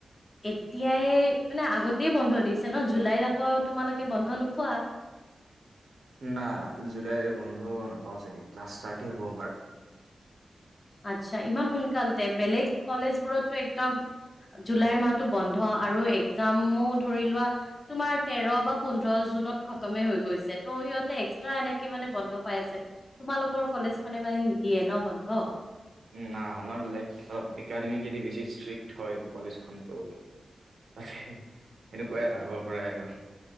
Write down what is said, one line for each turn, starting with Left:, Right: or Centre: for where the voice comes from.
Left: এতিয়াই মানে আগতেই বন্ধ দিছে ন' জুলাইত আকৌ তোমালোকে বন্ধ নোপোৱা?
Right: না জুলাই বন্ধ নাপাওঁ চাগে ক্লাছ থাৰ্টি হ'ব আমাৰ <inaudible>
Left: আচ্ছা ইমান সোনকালতে বেলেগ কলেজ বোৰতটো একদম। জুলাইৰ মাহতটো বন্ধ আৰু একজামো ধৰি লোৱা তোমাৰ তেৰ বা পোন্ধৰ। জুনত খতমে হৈ গৈছে ত' সিহঁতে এক্সটা এনে মানে বন্ধ পাই আছে, তোমালোকৰ কলেজ খনে মানে নিদিয়ে ন বন্ধ।
Right: ন আমাৰ লাইক অলপ একাডেমিকেলি বেছি ষ্ট্ৰিক্ট হয় কলেজখন। ত সেনেকুৱাই আৰু আগৰ পৰাই আৰু